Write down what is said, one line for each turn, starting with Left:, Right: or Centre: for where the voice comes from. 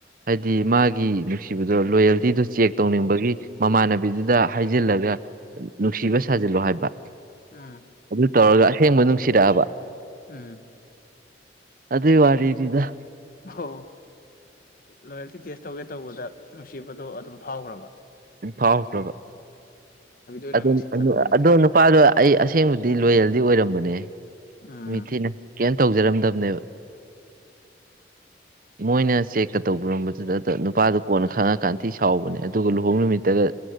Right: ꯍꯥꯏꯗꯤ ꯃꯥꯒꯤ ꯅꯨꯡꯁꯤꯕꯗꯣ ꯂꯣꯌꯦꯜꯇꯤꯗꯨ ꯆꯦꯛ ꯇꯧꯅꯤꯡꯕꯒꯤ ꯃꯃꯥꯟꯅꯕꯤꯗꯨꯗ ꯍꯩꯖꯤꯜꯂꯒ ꯅꯨꯡꯁꯤꯕ ꯁꯥꯖꯤꯜꯂꯣ ꯍꯥꯏꯕ
Left: ꯑꯥ
Right: ꯑꯗꯨ ꯇꯧꯔꯒ ꯑꯁꯦꯡꯕ ꯅꯨꯡꯁꯤꯔꯑꯕ
Left: ꯎꯝ
Right: ꯑꯗꯨꯢ ꯋꯥꯔꯤꯅꯤꯗ
Left: ꯑꯍꯣ ꯂꯣꯌꯦꯜꯇꯤ ꯇꯦꯁ ꯇꯧꯒꯦ ꯇꯧꯕꯗ ꯅꯨꯡꯁꯤꯕꯗꯣ ꯑꯗꯨꯝ ꯐꯥꯎꯒꯔꯕ
Right: ꯎꯝ ꯐꯥꯎꯈ꯭ꯔꯕ
Left: ꯑꯣꯏꯅ
Right: ꯑꯗꯨꯝ
Left: ꯅꯨꯡꯁꯤꯈꯠꯂꯛꯄꯅꯦꯃꯦ
Right: ꯑꯗꯣ ꯑꯗꯣ ꯅꯨꯄꯥꯗꯣ ꯑꯩ ꯑꯁꯦꯡꯕꯗꯤ ꯂꯣꯌꯦꯜꯗꯤ ꯑꯣꯏꯔꯝꯕꯅꯦ
Left: ꯎꯝ
Right: ꯃꯤꯊꯤꯅ ꯀꯩꯝ ꯇꯧꯖꯔꯝꯗꯕꯅꯦꯕ ꯃꯣꯏꯅ ꯆꯦꯛꯀ ꯇꯧꯕꯔꯝꯕꯗꯨꯗ ꯑꯗ ꯅꯨꯄꯥꯗꯣ ꯀꯣꯟꯅ ꯈꯪꯉꯑꯀꯥꯟ ꯊꯤ ꯁꯥꯎꯕꯅꯦ ꯑꯗꯨꯒ ꯂꯨꯍꯣꯡ ꯅꯨꯃꯤꯠꯇꯒ